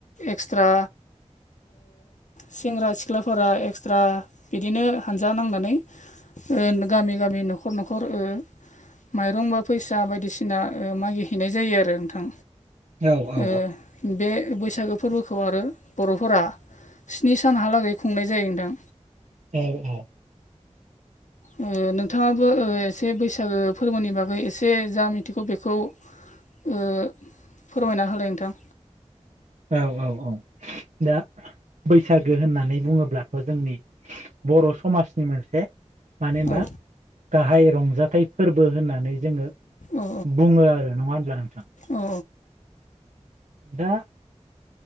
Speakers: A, on the left; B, on the right.
A: एक्सट्रा सेंग्रा सिख्लाफोरा एक्सट्रा बिदिनो हानजा नांनानै ओ गामि गामि न'खर न'खर ओ माइरं बा फैसा बायदिसिना मागि हैनाय जायो आरो नोंथां
B: औ औ
A: ओ बे बैसागो फोरबोखौ आरो बर'फोरा स्नि सानहालागै खुंनाय जायो नोंथां
B: औ औ
A: ओ नोंथाङाबो एसे बैसागो फोरबोनि बागै एसे जा मिथिगौ बेखौ ओ फोरमायना होलाय नोंथां
B: औ औ औ दा बैसागो होननानै बुङो ब्लाथ' जोंनि बर' समाजनि मोनसे मानो होमबा
A: औ
B: गाहाय रंजाथाइ फोरबो होननानै जोङो
A: औ
B: बुङो आरो नङा होनब्ला नोंथां
A: औ
B: दा